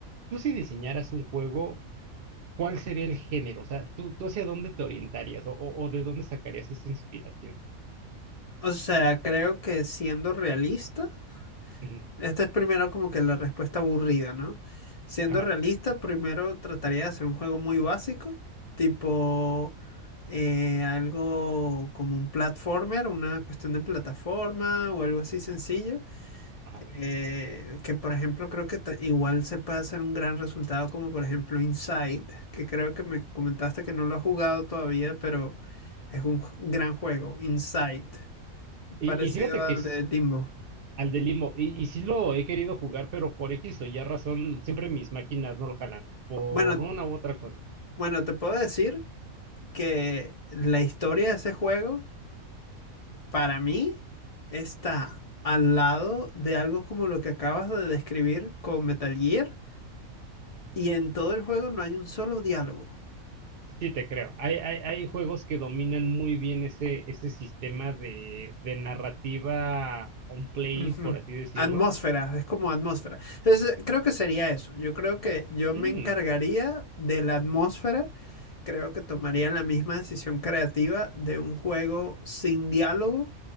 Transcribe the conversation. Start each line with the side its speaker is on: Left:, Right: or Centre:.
Right: Tú si diseñaras un juego, ¿cuál sería el género? O sea, ¿tú, tú hacia dónde te orientarías o, o- o de dónde sacarías esa inspiración?
Left: O sea, creo que siendo realista,
Right: Ujú,
Left: esta es primero como que la respuesta aburrida, ¿no? Siendo
Right: Ajá,
Left: realista, primero trataría de hacer un juego muy básico, tipo eh, algo como un platformer, una cuestión de plataforma o algo así sencillo.
Right: ajá.
Left: eh, que por ejemplo creo que ta- igual se puede hacer un gran resultado como por ejemplo Inside, que creo que me comentaste que no lo has jugado todavía, pero es un ju- gran juego, Inside,
Right: Y,
Left: parecido
Right: y fíjate
Left: al
Right: que
Left: de Limbo.
Right: Al de Limbo. Y, y sí lo he querido jugar, pero por X o Y razón, siempre mis máquinas no lo jalan. Por
Left: Bueno,
Right: una u otra cosa.
Left: bueno, te puedo decir que la historia de ese juego para mí está al lado de algo como lo que acabas de describir con Metal Gear y en todo el juego no hay un solo diálogo.
Right: Sí, te creo. Hay, hay, hay juegos que dominan muy bien ese, ese sistema de, de narrativa on play,
Left: Ujú.
Right: por así decirlo.
Left: Atmósfera, es como atmósfera. Entonces, eh, creo que sería eso. Yo creo que yo
Right: Mm,
Left: me encargaría de la atmósfera. Creo que tomaría la misma decisión creativa de un juego sin diálogo.